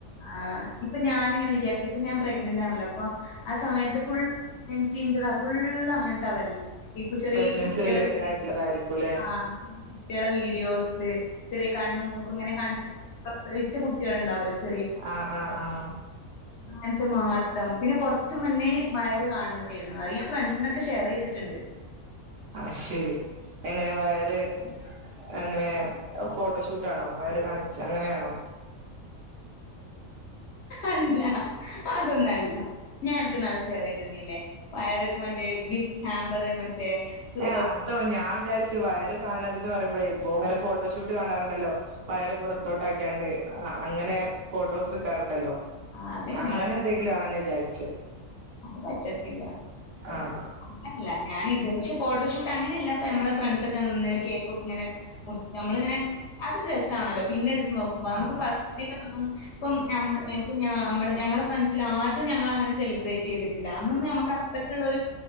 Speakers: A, on the left; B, on the right.
A: ആഹ് ഇപ്പൊ ഞാനിങ്ങനെ വിചാരിക്കും ഇപ്പം ഞാൻ പ്രഗ്നന്റാണല്ലോ അപ്പൊ ആഹ് സമയത്ത് ഫുൾ പ്രഗ്നൻസിന്റതാ ഫുള്ള് അങ്ങൻത്താ വരല് ഇപ്പൊ ചെറീ
B: പ്രഗ്നൻസി
A: കുട്ട്യാള്
B: റിലേറ്റഡ്
A: <unintelligible>
B: ആയിട്ടുള്ളതായിരിക്കുംല്ലേ
A: ആഹ് കുട്ട്യാളെ വീഡിയോസ് ചെറിയ കണ്ണും മൂക്കും ഇങ്ങനെ കാണിച്ചിട്ട് പ്രസവിച്ച കുട്ട്യാളുണ്ടാവൊല്ലൊ ച
B: ആഹ് ആഹ ആഹ
A: അങ്ങനത്തെ മാത്രം പിന്നെ കൊറച്ച് മുന്നേ വയറ് കാണ്തേരുന്നു അത് ഞാൻ ഫ്രണ്ട്സിനൊക്കെ ഷെയർ ചെയ്തിട്ട്ണ്ട്
B: ആഹ് ശരി എങ്ങനെ വയറ് എങ്ങനെ ഫോട്ടോഷൂട്ടാണോ വയറ് കാണിച്ച് അങ്ങനെ ആണോ
A: അല്ല അതൊന്നല്ല ഞാൻ അനക്ക് ഇന്നാള് ഷെയറ് ചെയ്ത് തന്നില്ലേ വയറ് മറ്റേ ഗിഫ്റ്റ് ഹാമ്പർ മറ്റേ സ്
B: ഏഹ് അതോ ഞാൻ വിചാരിച്ചു വയറ് കാണണതന്ന് പറയുമ്പളെ ഇപ്പൊ ഇങ്ങനെ ഫോട്ടോഷൂട്ട് കാണാറ്ണ്ടല്ലോ വയറ് പുറത്തോട്ടാക്കിയാണ്ട് ആഹ് അങ്ങനെ ഫോട്ടോസ് എട് ക്കാറുണ്ടല്ലോ
A: അത് നമ്മളെ
B: അങ്ങനെന്തെങ്കിലും ആണെന്ന് വിചാരിച്ച്
A: അത് പറ്റത്തില്ല
B: ആഹ്
A: അങ്ങനെയല്ല ഞാൻ ഇത് പക്ഷെ ഫോട്ടോഷൂട്ട് അങ്ങനെയല്ല ഇപ്പ ഞമ്മളെ ഫ്രണ്ട്സ് ഒക്കെ നിന്ന് ഒരു കേക്കൊക്കെ ഇങ്ങനെ മുറി നമ്മളിങ്ങനെ അതൊരു രസാണല്ലോ പിന്നെ എടുത്ത് നോക്കുമ്പോ നമുക്ക്
B: ആഹ്
A: ഫസ്റ്റിലൊന്നും ഇപ്പം ഞമ്മ ഞമ്മള് ഞങ്ങളെ ഫ്രണ്ട്സിൽ ആര്തും ഞങ്ങള് അങ്ങനെ സെലിബ്രേറ്റ് ചെയ്തിട്ടില്ല അന്നൊന്നും ഞമ്മക്ക് അത്രയ്ക്കുള്ളരു